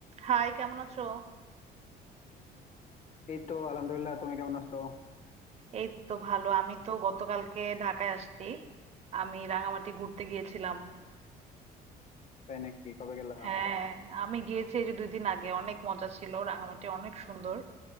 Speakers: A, on the right (about 40°); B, on the left (about 45°).
A: High কেমন আছো
B: এই তো আলহামদুলিল্লাহ তুমি কেমন আছো
A: এই তো ভালো আমি তো গতকালকে ঢাকায় আসছি আমি রাঙামাটি ঘুরতে গিয়েছিলাম
B: তাই নাকি কবে গেলা
A: হ্যাঁ আমি গিয়েছি এই যে দুই দিন আগে অনেক মজা ছিল রাঙামাটি অনেক সুন্দর